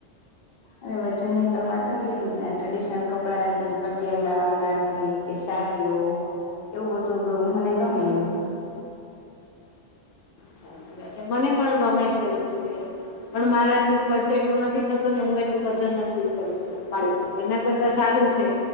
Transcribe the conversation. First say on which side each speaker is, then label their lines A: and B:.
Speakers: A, on the left (about 55°); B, on the left (about 85°).
A: અરે વજન ની તો વાત જ એટલી કે ટ્રેડિશનલ કપડા પટિયાલા અનારકલી કે સાડીઓ એવું બધું મને ગમે એવું
B: સાચી વાત છે મને પણ ગમે છે એવું બધું પહેરવું પણ મારાથી ખર્ચ એટલો નથી થતો ને હું એટલું વજન નથી ઉપાડી શકતી એના કર ત સારું છે.